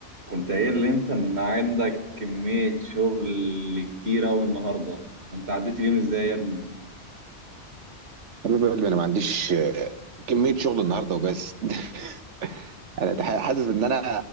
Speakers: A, on the right; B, on the right.
A: كنت قايل لي انت ان عندك كمية شغل كتير اوي النهاردة انت عديت اليوم ازاي يا ابني
B: حبيب قلبي انا ما عنديش آه، كميه شغل النهارده وبس <laughs> انا تح- حاسس ان انا